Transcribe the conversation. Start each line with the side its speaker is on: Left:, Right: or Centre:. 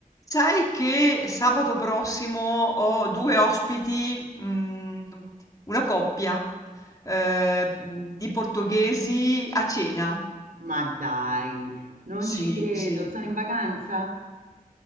Left: Sai che sabato prossimo ho 2 ospiti, mhmm, una coppia, ehm, di portoghesi a cena.
Right: Ma dai, non
Left: Sì,
Right: ci credo,
Left: sì.
Right: sono in vacanza?